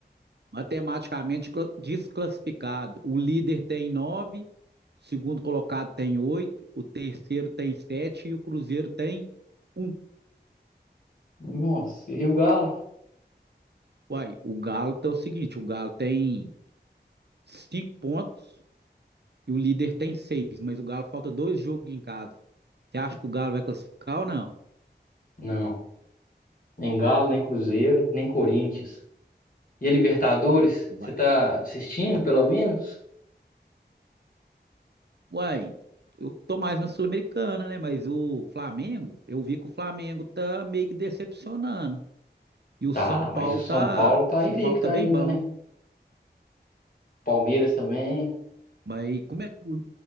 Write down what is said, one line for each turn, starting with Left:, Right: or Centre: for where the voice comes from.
Right: Matematicamente cla- desclassificado. O líder tem nove, o segundo colocado tem oito, o terceiro tem sete e o Cruzeiro tem um.
Left: Nossa, e o Galo?
Right: Uai, o Galo é o seguinte: o Galo tem cinco pontos e o líder tem seis, mas o Galo falta dois jogos em casa. Você acha que o Galo vai classificar ou não?
Left: Não, nem Galo, nem Cruzeiro, nem Corinthians. E a Libertadores?
Right: Uai,
Left: Você tá assistindo, pelo menos?
Right: Uai, eu tô mais na Sul-Americana, né? Mas o Flamengo, eu vi que o Flamengo tá meio que decepcionando. E o
Left: Tá,
Right: São Paulo
Left: mas o São
Right: tá,
Left: Paulo tá
Right: São
Left: invicto
Right: Paulo tá
Left: ainda,
Right: bem bom,
Left: né?
Right: né?
Left: Palmeiras também.
Right: Mas e como é que foi,